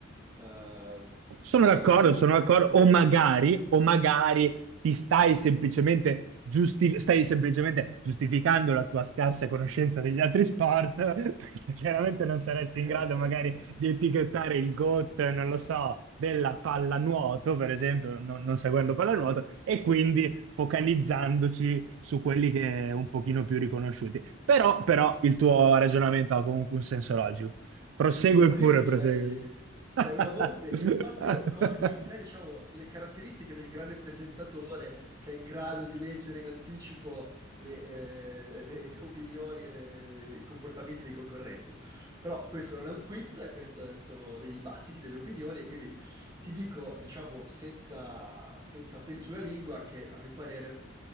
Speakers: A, on the right; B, on the right.
A: Eh,
B: Sono
A: quindi,
B: d'accordo, sono
A: detto
B: d'accordo,
A: questo...
B: o magari, o magari ti stai semplicemente, giusti- stai semplicemente giustificando la tua scarsa conoscenza degli altri sport, <laughs> perché chiaramente non saresti
A: <laughs>
B: in grado magari di etichettare il GOAT, non lo so, della pallanuoto, per esempio, non, non seguendo pallanuoto, e quindi focalizzandoci su quelli che un pochino più riconosciuti. Però, però il tuo ragionamento ha comunque un senso logico. Prosegue
A: Devo dire
B: pure,
A: che
B: prosegue.
A: sei, sei
B: <laughs>
A: una volpe e infatti io colgo in te, diciamo, le caratteristiche del grande presentatore che è in grado di leggere in anticipo le, eh, le opinioni e le- le- le- i comportamenti dei concorrenti. Però questo non è un quiz, questi sono dei dibattiti, delle opinioni e quindi ti dico, diciamo, senza, senza peli sulla lingua, che a mio parere